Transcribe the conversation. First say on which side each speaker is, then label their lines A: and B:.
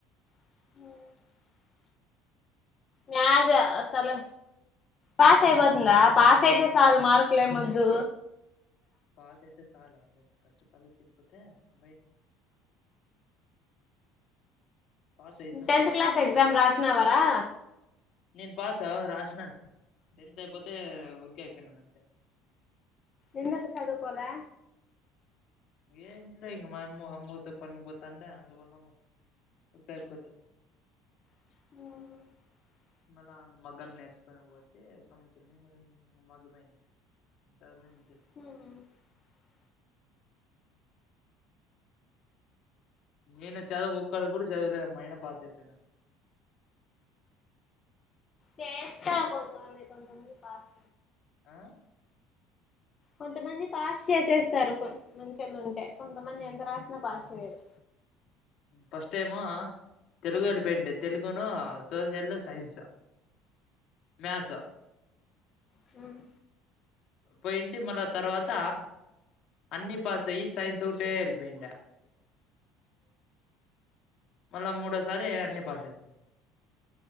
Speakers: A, on the left; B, on the left.
A: <inaudible> మ్యాథ్స్ తల పాస్ అయిపోతుందా పాస్ అయితే సాలు మార్కులు ఏం ఒద్దు
B: పాస్ అయితే సాలా ఫస్ట్ కాలేజ్ వెళ్ళిపోతే బైటి పాస్ అయితుంది
A: టెన్త్
B: అయితే
A: క్లాస్ ఎగ్జామ్ రాసినావా రా
B: నేను పాస్ ఔ రాసినాను టెన్త్ అయిపోతే ఊరికే అయిపోయినాను అంతే
A: ఎందుకు చదువుకోలే
B: ఏంట్లే ఇంగ మా మామ్మ అమ్మతో పనికి పోతా అంటే <inaudible> ఊరికా ఐపోతి
A: <inaudible>
B: ఇవాళ మగ్గం నేర్చుకోనిపోతే సంవత్సరము <inaudible> చదిమిన్
A: హ్మ్
B: నేను చదువు ఒక్కటీ కూడా చదివలే అమ్మా అయినా పాస్ అయితన్నాను
A: చేస్తార్ కొంతమంది కొంతమంది పాస్
B: ఆ
A: కొంతమంది పాస్ చేసేస్తారు మంచోళ్ళు ఉంటే కొంతమంది ఎంత రాసినా పాస్
B: ఆ
A: చేయరు
B: ఫస్ట్ ఏమో తెలుగు వెళ్ళిపో <unintelligible> తెలుగును సోషల్, సైన్స్, మ్యాస్
A: హ్మ్
B: పోయింటి మళ్ళా తర్వాత అన్ని పాస్ అయ్యి సైన్స్ ఒక్కటే ఎలిపోయ్ ఇండ మళ్ళా మూడో సారి అని పాస్ పోవుండ